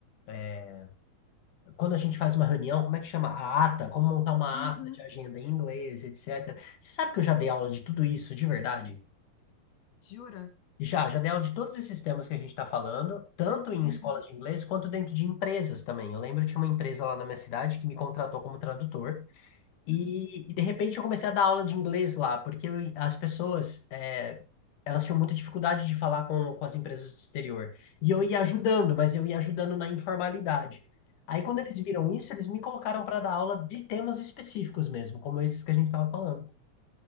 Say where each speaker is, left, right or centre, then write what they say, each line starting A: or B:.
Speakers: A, on the left; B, on the left.
A: eh, quando a gente faz uma reunião, como é que chama? A ata, como montar uma
B: Uhum.
A: ata de agenda em inglês, etc. Você sabe que eu já dei aula de tudo isso, de verdade?
B: Jura?
A: Já, já dei aula de todos esses temas que a gente está falando, tanto em
B: Uhum.
A: escolas de inglês quanto dentro de empresas também. Eu lembro de uma empresa lá na minha cidade que me contratou como tradutor e,
B: Uhum.
A: e, de repente eu comecei a dar aula de inglês lá, porque eu- as pessoas, é, elas tinham muita dificuldade de falar com, com as empresas do exterior. E eu ia ajudando, mas eu ia ajudando na informalidade. Aí quando
B: Uhum.
A: eles viram isso, eles me colocaram para dar aula de temas específicos mesmo, como esses que a gente estava falando.